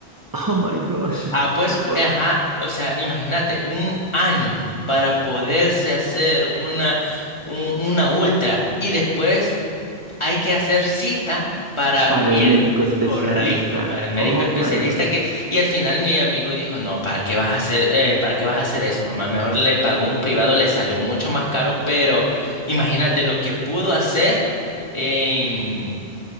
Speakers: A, on the right (about 20°); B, on the left (about 25°).
A: Oh my gosh.
B: Ah, pues,
A: Oh,
B: ajá, o sea, imagínate, un año para poderse hacer una, un- una ultra y después hay que hacer cita para
A: para
B: que
A: el médico
B: el,
A: especialista.
B: correcto, para el médico
A: Oh
B: especialista
A: my gosh.
B: que, y al final mi amigo dijo, no, ¿para qué vas a hacer, eh, para qué vas a hacer eso, mamá? Mejor le pagó un privado, le salió mucho más caro, pero imagínate lo que pudo hacer en,